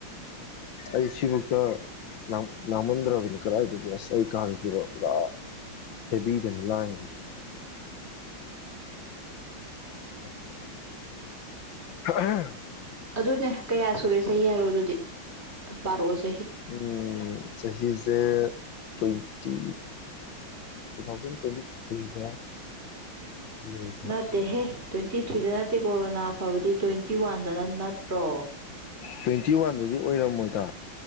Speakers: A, on the left; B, on the right.
A: ꯑꯩ ꯁꯤꯕꯧꯇ ꯂꯥꯡ ꯂꯥꯡꯃꯟꯗ꯭ꯔꯕꯅꯤ ꯀꯔꯥꯏꯗꯒꯤ ꯑꯁ ꯑꯩ ꯀꯥꯒ ꯍꯦꯕꯤꯗꯅꯤ ꯂꯥꯡꯉꯤ ꯖꯦ <unintelligible>
B: ꯑꯗꯨꯅꯦ ꯀꯌꯥ ꯁꯨꯔꯦ ꯆꯍꯤ ꯍꯥꯏꯔꯣ ꯑꯗꯨꯗꯤ ꯄꯥꯔꯛꯑꯣꯁ
A: ꯎꯝ ꯆꯍꯤꯖꯦ ꯇꯋꯦꯟꯇꯤ ꯇꯨ ꯊꯥꯎꯖꯟ ꯇ꯭ꯋꯦꯟꯇꯤ ꯊ꯭ꯔꯤꯗ ꯂꯩꯕ
B: ꯅꯠꯇꯦ ꯍꯦ ꯇ꯭ꯋꯦꯟꯇꯤ ꯊꯔ꯭ꯤꯗ ꯅꯠꯇꯦ ꯀꯣꯔꯣꯅꯥ ꯐꯕꯗꯤ ꯇ꯭ꯋꯦꯟꯇꯤ ꯋꯥꯟꯗꯅ ꯅꯠꯇ꯭ꯔꯣ
A: ꯇ꯭ꯋꯦꯟꯇꯤ ꯋꯥꯟꯗꯗꯤ ꯑꯣꯏꯔꯝꯃꯣꯏꯗ